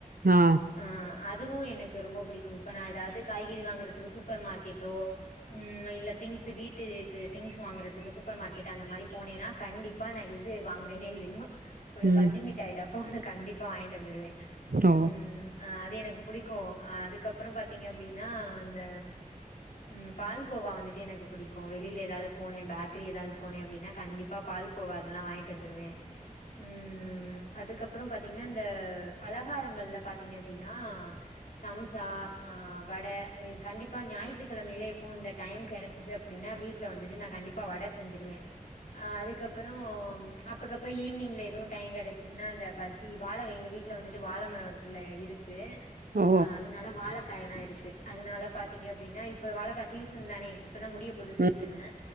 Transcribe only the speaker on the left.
அ அதுவு எனக்கு ரொம்ப பிடிக்கும் இப்ப நா ஏதாவது காய்கறி வாங்க றக்கு சூப்பர் மார்க்கெட்டோ உம் இல்ல திங்ஸ் வீட்டுக்கு திங்ஸ் வாங்குறதுக்கு சூப்பர் மார்கெட் அந்த ன் மாரி போனேனா கண்டிப்பா நா எது வாங்கறேனே இல்லையோ ஒரு
பஞ்சு மிட்டாய் டப்பா ஒன்னு கண்டிப்பா வாய்ன்ட்டு வந்துருவே
உம் அது எனக் புடிக்கு அதுக்கப்றம் பாத்தீங்க அப்டினா அந்த உம் பால் கோவா வந்துட்டு எனக்கு பிடிக்கு வெளில ஏதாவது போனே பேக்கரி ஏதாவது போனே அப்டினா கண்டிப்பா பால் கோவா அதெலா வாய்ன்ட்டு வந்துருவே உம் அதுக்கப்ற பாத்தீங்னா இந்த பலகாரங்கள்ல பாத்தீங்க அப்டினா சம்சா ஆ வட கண்டிப்பா ஞாயித்துக்கெழமையிலே எப்பவோ இந்த டைம் கெடைச்சிச்சு அப்டீன்னா வீட்ல வந்துட்டு நா கண்டிப்பா வட செஞ்சிருவே அ அதுக்கப்புறோ அப்பக்கப்ப ஈவினிங்ல எதுவு டைம் கெடைச்சிச்சுன்னா இந்தபஜ்ஜி வாழகா எங்க வீட் வீட்ல வந்துட்டு வாழ மரோ இருக்குல இருக்கு
அ அதனால வாழக்காய எல்லா இருக்கு அதனால பாத்தீங்க அப்டீன்னா இப்ப வாழகா சீசன் தானே இப்பதா முடிய போது சீசனு